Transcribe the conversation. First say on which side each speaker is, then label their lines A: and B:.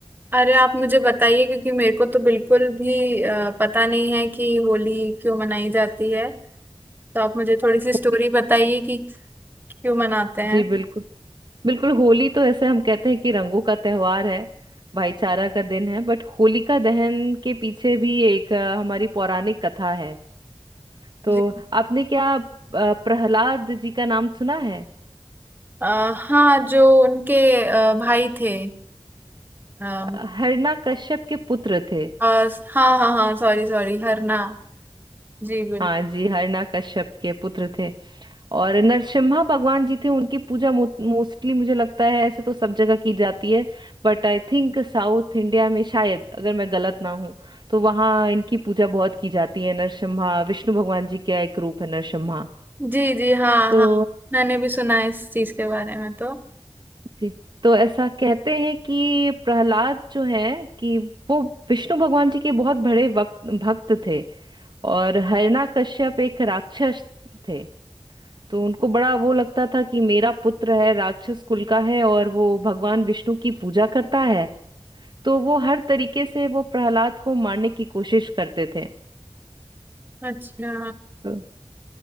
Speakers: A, on the right; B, on the right.
A: अरे आप मुझे बताइए क्योंकि मेरे को तो बिल्कुल भी अ, पता नहीं है कि होली क्यों मनाई जाती है तो आप मुझे थोड़ी सी स्टोरी
B: होली
A: बताइए कि क्यों मनाते हैं
B: जी बिल्कुल बिल्कुल होली तो ऐसे हम कहते हैं कि रंगों का त्योहार है भाईचारा का दिन है बट होलिका दहन के पीछे भी एक अ, हमारी पौराणिक कथा है तो
A: जी
B: आपने क्या अ, प्रहलाद जी का नाम सुना है
A: अ, हाँ जो उनके अ, भाई थे अ,
B: अ, हिरण्यकश्यप के पुत्र थे
A: अ, हाँ हाँ हाँ सॉरी सॉरी हरना जी बिल्कुल
B: हाँ जी हरना कश्यप के पुत्र थे और नरसिम्हा भगवान जी थे उनकी पूजा मोस्टली मुझे लगता है ऐसे तो सब जगह की जाती है but I think south India में शायद अगर मैं गलत ना हूँ तो वहाँ इनकी पूजा बहुत की जाती है नरसिम्हा विष्णु भगवान जी का एक रूप है नरसिम्हा
A: जी जी हाँ
B: तो
A: हाँ मैंने भी सुना है इस चीज के बारे में तो
B: जी तो ऐसा कहते हैं कि प्रहलाद जो है कि वो विष्णु भगवान जी के बहुत बड़े वक्त भक्त थे और हरना कश्यप एक राक्षस थे तो उनको बड़ा वो लगता था कि मेरा पुत्र है राक्षस कुल का है और वो भगवान विष्णु की पूजा करता है तो वो हर तरीके से वो प्रहलाद को मारने की कोशिश करते थे
A: अच्छा
B: तो,